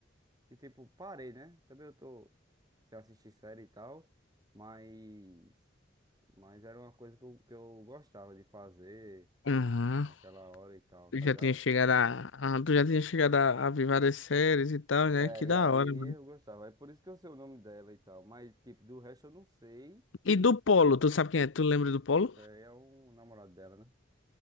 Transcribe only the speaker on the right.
que, tipo, parei, né? Também eu tô sem assistir série e tal, mas, mas era uma coisa que eu, que eu gostava de fazer
naquela hora e tal,
tá
ligado?
É,
e aí
eu gostava, é por isso que eu sei o nome dela e tal, mas, tipo, do resto eu não sei.
Isso aí é o namorado dela, né?